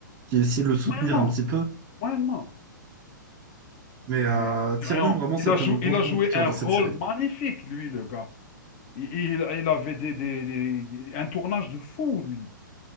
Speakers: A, on the right (about 30°); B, on the left (about 35°).
A: qui essaie de le soutenir
B: Moyennement,
A: un petit peu.
B: moyennement.
A: Mais euh,
B: Mais
A: Tyrion,
B: rien.
A: vraiment,
B: Il
A: ça
B: a
A: a été
B: joué,
A: mon grand
B: il
A: coup
B: a joué
A: de cœur
B: un
A: dans
B: rôle
A: cette série.
B: magnifique, lui, le gars. Il, il- il avait des, des- des- un tournage de fou, lui.